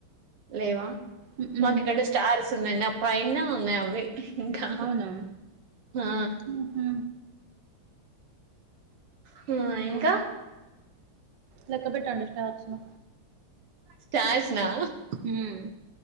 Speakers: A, on the right; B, on the right.
A: లేవా
B: మ్మ్ మ్మ్
A: మాకు ఇక్కడ స్టార్స్ ఉన్నాయి నా పైన న్నాయవ్వి ఇంకా
B: అవునా
A: హా
B: ఊహు
A: హ ఇంకా
B: లెక్క బెటండి స్టార్స్ ను
A: స్టార్స్ నా
B: ఉమ్